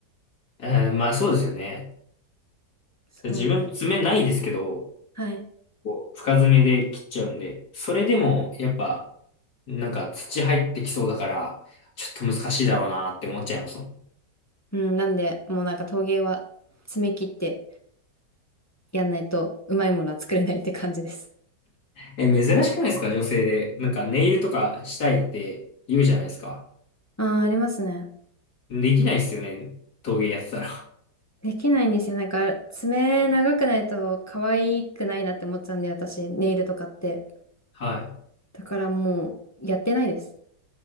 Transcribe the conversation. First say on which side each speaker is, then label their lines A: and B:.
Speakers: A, on the left; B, on the left.
A: うん、まあそうですよね。
B: そう。
A: 自分爪ないですけど、
B: はい。
A: こう深爪で切っちゃうんで、それでもやっぱなんか土入ってきそうだから、ちょっと難しいだろうなって思っちゃいますもん。
B: うん、なんで、もうなんか陶芸は爪切ってやんないとうまいものは作れないって感じです。
A: え、珍しくないですか女性で。なんかネイルとかしたいって言うじゃないですか。
B: ああ、ありますね。
A: できないですよね。陶芸やってたら。<laughs>
B: できないんですよ。なんか、爪長くないと可愛くないなって思っちゃうんで、私、ネイルとかって。
A: はい。
B: だからもう、やってないです。